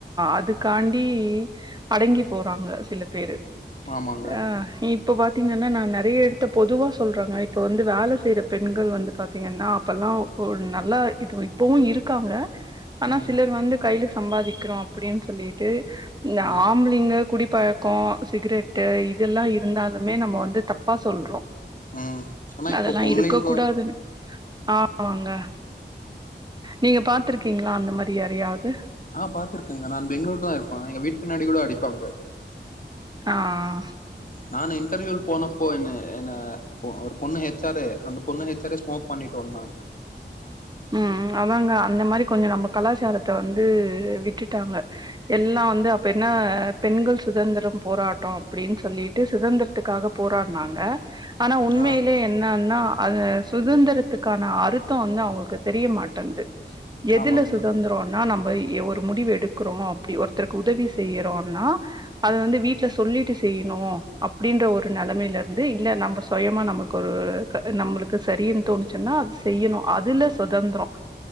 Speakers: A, on the right (about 20°); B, on the left (about 45°).
A: அதுக்காண்டி அடங்கி போறாங்க சில பேரு
B: ஆமாங்க
A: ஆஹ் இ இப்போ பா பாத்தீங்கன்னா நா நிறைய இடத்த பொதுவாக சொல்கிறாங்க இப்போ வந்து வேல செய்கிற பெண்கள் வந்து பாத்தீங்கன்னா அப்போல்லா ஒரு நல்லா இது இப்போவும் இருக்காங்க ஆனா
B: ம்
A: சிலர் வந்து கையில சம்பாதிக்கிறோம் அப்டின்னு சொல்லிட்டு ந்த
B: ம்
A: ஆம்ளிங்க குடி பழக்கம் சிகரெட் இதெல்லாம் இருந்தாலும் னிமே நம்ப வந்து தப்பா சொல்றோம்
B: ம் ஆனா
A: அதெல்லாம்
B: இப்போ பொம்பளைங்கோ
A: இருக்க கூடாதுன்னு ஆமாங்க நீங்க பார்த்திருக்கீங்களா அந்த மாரி யாரையாவது
B: ஆஹ் பாத்துருக்கேங்க நான் பெங்களூர் தான் இருப்பேன் எங்க வீட்டு பின்னாடி கூட அடிப்பாங்க
A: ஆஹ்
B: நான் இன்டர்வியூ போனப்போ என்ன என்ன ஒரு பொண்ணு ஹச் ஆ ரு அந்த பொண்ணு ஹச் ஆ ரு ஸ்மோக் பண்ணிட்டு வந்தாங்க
A: உம் அதாங்க அந்த மாரி கொஞ்ச நம்ப கலாச்சாரத்தை வந்து விட்டுட்டாங்க எல்லாம் வந்து அப்ப என்ன பெண்கள் சுதந்திரம் போராட்டம் அப்படின்னு சொல்லிட்டு சுதந்திரத்துக்காக போராடினாங்க ஆனா உண்மையிலயே
B: ஆ
A: என்னன்னா அது சுதந்திரத்துக்கான அருத்தம் வந்து அவுங்களுக்கு தெரியமாட்டேங்கிது எதுல
B: ஆமாங்க
A: சுதந்திரம்னா நம் ஒரு முடிவு எடுக்கறோம் அப்டி ஒருத்தருக்கு உதவி செய்றோம்னா அது வந்து வீட்டுல சொல்லிட்டு செய்யணும் அப்டின்ற ஒரு நிலைமைல வந்து இல்ல நம்ப சுயமா நமக்கு ஒரு நம்பளுக்கு சேரினு தோணுச்சுன்னா அது செய்யணும் அதுல சுதந்திரம்